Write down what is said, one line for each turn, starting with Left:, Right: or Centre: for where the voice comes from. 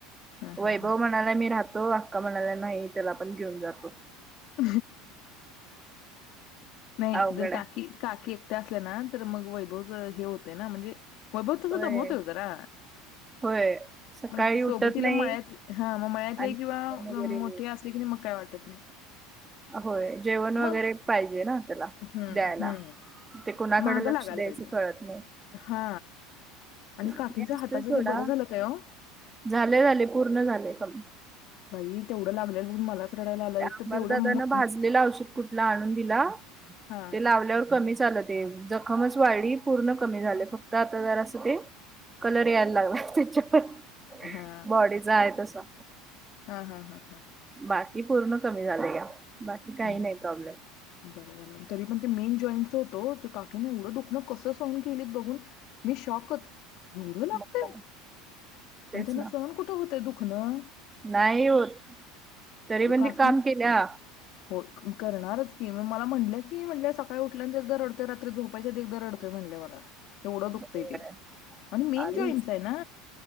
Left: हा
Right: वैभव
Left: हा हा
Right: म्हणालाय मी रात तो आक्का म्हणाल्या नाही त्याला पण घेऊन जा <inaudible> रिकामा ऑडिओ
Left: <inaudible> नाही
Right: अवघड
Left: जर काकी
Right: आहे
Left: काकी एकट्या असल्या ना नंतर मग वैभव जोय हे होतय ना म्हणजे वैभव तसं
Right: होय
Left: कमवतोय वो जरा
Right: होय सकाळी
Left: मग
Right: उठत
Left: सोबतीला
Right: नाही
Left: मळयातले हा मग मळयातले
Right: आणि जेवण वगैरे
Left: मोठे असले की काय वाटतं ठत नाही
Right: होय जेवण वगैरे
Left: मग
Right: पाहिजे ना? <unintelligible>
Left: हम्म
Right: द्यायला
Left: हम्म
Right: ते कुणाकडं
Left: महाग
Right: लक्ष
Left: लागायला
Right: द्यायचं
Left: पाहिजे.
Right: कळत नाही.
Left: हा आणि
Right: ते
Left: काकींच हाताचं
Right: असतय सोडा
Left: ते बरं झालं काय ओ
Right: झालंय, झालंय पुर्ण झालंय काम.
Left: बाई तेवढं लागलेलं मलाच रडायला आलं
Right: अमर
Left: एक तर तेवढं
Right: दादान
Left: मग
Right: भाजलेलं औषध कुठलं आणून दिला.
Left: हा
Right: ते लावल्यावर कमी झालं ते जखमच वाळली पुर्ण कमी झालंय फक्त आता जरासं ते कलर यायला लागलाय त्याच्यावर
Left: हा
Right: बाॅडी चा आहे तसा
Left: हा हा हा हा
Right: बाय ते पुर्ण कमी झालंय या
Left: हम्म
Right: नाही प्रॉब्लेम
Left: बर झालं तरी पण ते मेन जाॅइंटच तो काकी न एवढ दुखणं कसं सहन केलीत बघून मी शाॅकच. एवढं लागतंय?
Right: मग काय तेच
Left: पण त्यांना
Right: ना
Left: सहन कुठं होत ते दुखणं
Right: नाही होत तरी
Left: ते
Right: पण
Left: काकी
Right: ती काम केल्या
Left: हो करणारच की म मला म्हनलंय की म्हटलं सकाळी उठल्या नंतर एकदम रड तो रात्री झोपायच्या आधी एकदा रडतोय म्हणली मला एवढं दुखतंय
Right: होय
Left: ते आणि मेन
Right: अरे
Left: जाॅइंटच आहे ना